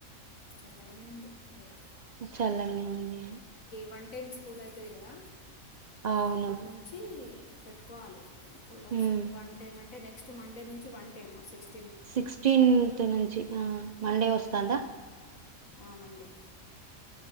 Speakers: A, on the left; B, on the right.
A: చల్లగానే ఉంది వెథర్
B: చలగనే ఉంది
A: వన్ టైం స్కూల్ అవుతుంది కదా
B: అవును
A: అప్పటి నుంచి పెట్టుకోవాలి కూలర్స్
B: ఉమ్
A: వన్ టైమ్ అంటే నెక్స్ట్ మండే నుంచి వన్ టైమ్ సిక్స్
B: సిక్సటీన్త్ నుంచి ఆహా మండే వసతంద
A: అవును ఆ, మండే